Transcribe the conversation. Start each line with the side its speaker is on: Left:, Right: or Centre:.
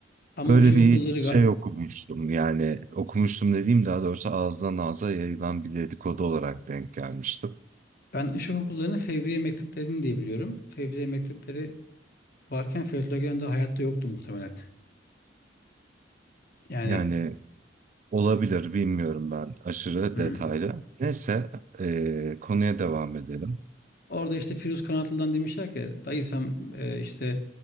Left: Ama
Right: Böyle
Left: ışık
Right: bir
Left: okulları
Right: şey
Left: ga-
Right: okumuştum yani okumuştum dediğim daha doğrusu ağızdan ağza yayılan bir dedikodu olarak denk gelmiştim.
Left: ben ışık okullarını Fevriye mekteplerini diye biliyorum. Fevriye mektepleri varken Fethullah Gülen de hayatta yoktu muhtemelen. Yani
Right: Yani olabilir bilmiyorum ben aşırı
Left: hmm.
Right: detaylı. Neyse ee, konuya devam edelim.
Left: Orada işte Firuz Kanatlı'dan demişler ki dayı sen e, işte